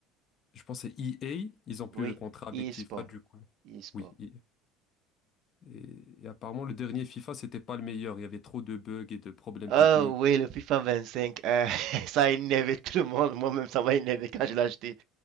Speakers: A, on the left; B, on the right.
A: je pense, que c'est EA. Ils ont plus
B: Oui,
A: le contrat
B: e-sport,
A: avec FIFA, du coup.
B: e-sport.
A: Oui. Et, et- et apparemment, le dernier FIFA, c'était pas le meilleur. Il y avait trop de bugs et de problèmes
B: Oh
A: techniques.
B: oui, le FIFA 25, euh, <laughs> ça a énervé tout le monde. Moi-même, ça m'a énervé quand je l'ai acheté.